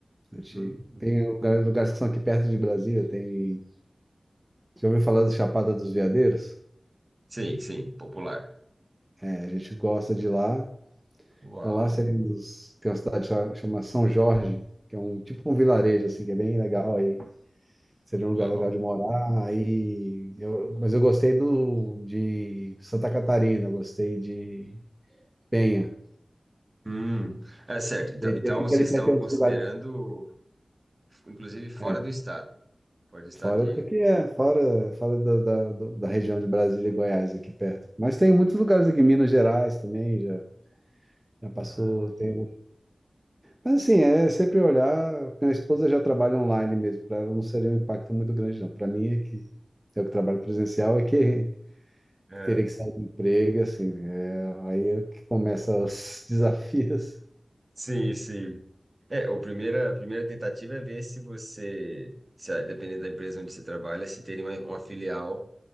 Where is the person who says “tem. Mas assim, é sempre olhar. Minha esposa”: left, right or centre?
Right